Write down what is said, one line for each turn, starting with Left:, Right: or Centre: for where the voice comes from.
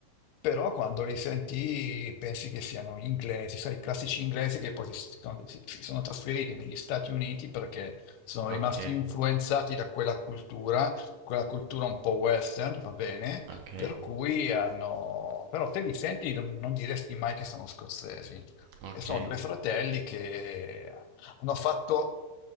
Left: però quando li senti pensi che siano inglesi, sai, i classici inglesi che poi si sono, si- si sono trasferiti negli Stati Uniti perché sono rimasti
Right: Ok,
Left: influenzati da quella cultura, quella cultura un po' western, va bene?
Right: ok,
Left: Per cui hanno... però te li senti non, non diresti mai che sono scozzesi.
Right: ok,
Left: E sono due fratelli che Hanno fatto,